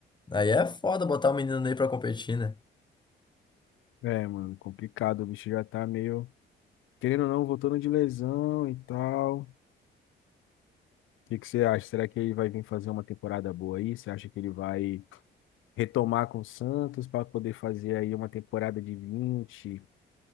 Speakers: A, on the left (about 20°); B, on the left (about 85°).
A: Aí é foda botar o menino Ney pra competir, né?
B: É, mano, complicado, o bicho já tá meio, querendo ou não, voltando de lesão e tal. O que que você acha? Será que ele vai vir fazer uma temporada boa aí? Você acha que ele vai retomar com o Santos para poder fazer aí uma temporada de 20,